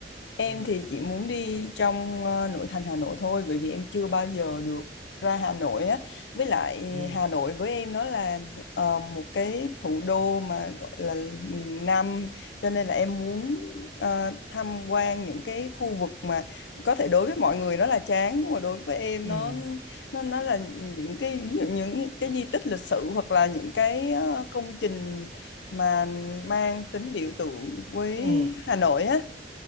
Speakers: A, on the left; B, on the right.
A: Em
B: ừ
A: thì chỉ muốn đi trong ờ, nội thành Hà Nội thôi bởi vì em chưa bao giờ được ra Hà Nội á. Với lại
B: ừ
A: Hà Nội với em nó là ờ, một cái thủ đô mà gọi là nghìn năm cho nên là em muốn ờ, tham quan những cái khu vực mà có thể đối với mọi người nó là chán nhưng mà đối với em
B: ừ
A: nó nó nó là những cái ví dụ những cái di tích lịch sử hoặc là những cái ờ, công trình mà mang tính biểu tượng với
B: ừ
A: Hà Nội á.